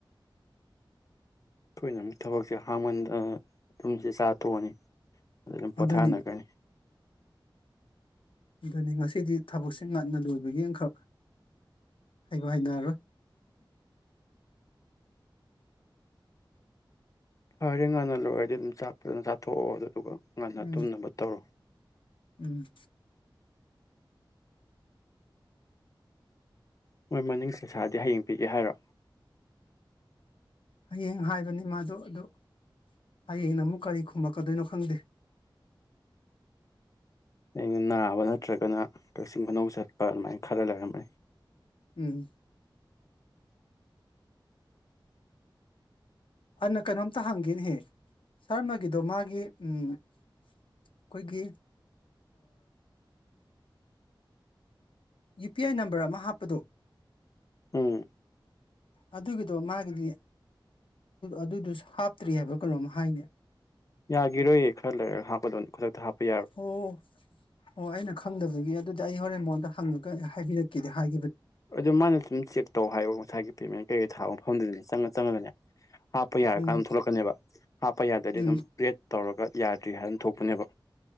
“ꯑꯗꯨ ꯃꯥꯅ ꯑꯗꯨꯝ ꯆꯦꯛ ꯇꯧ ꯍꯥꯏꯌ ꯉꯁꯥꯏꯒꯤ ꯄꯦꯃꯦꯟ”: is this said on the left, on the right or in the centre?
Left